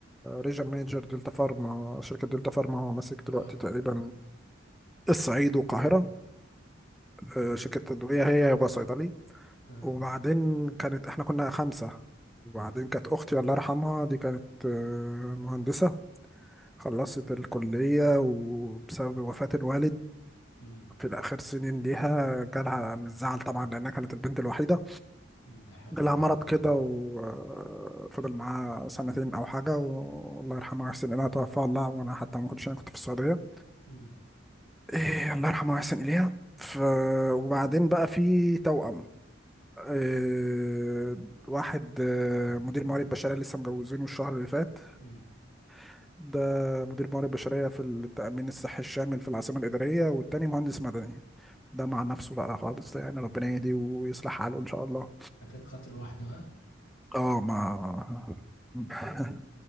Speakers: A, in the centre; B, on the left.
A: ريجن مانجر دلتا فارما شركة دلتا فارما هو ماسك دلوقتي
B: اه
A: تقريبا الصعيد والقاهرة
B: اه
A: آه، شركة تدوية هي هو صيدلي
B: اه
A: وبعدين كانت احنا كنا خمسة وبعدين كانت أختي الله يرحمها دي كانت آه، مهندسة خلصت الكلية وبسبب وفاة الوالد
B: امم
A: في الآخر سنين ليها جالها من الزعل طبعا لأنها كانت البنت الوحيدة
B: أمم، لا حول
A: جالها
B: ولا
A: مرض
B: قوة الا
A: كده
B: بالله
A: وفضل معاه سنتين أو حاجة والله يرحمه ويحسن إليها توفى الله وأنا حتى ما كنتش أنا كنت في السعودية
B: امم
A: إيه الله يرحمه ويحسن إليها ف... وبعدين بقى في توأم إيه... واحد آه، مدير موارد بشرية لسه مجوزينه الشهر اللي فات
B: امم
A: <laughs> ده مدير موارد بشرية في التأمين الصحي الشامل في العاصمة الإدارية والتاني مهندس مدني ده مع نفسه بقى خالص يعني ربنا يهديه ويصلح حاله إن شاء الله
B: كانت قتل وحده ها
A: اه ما <laughs>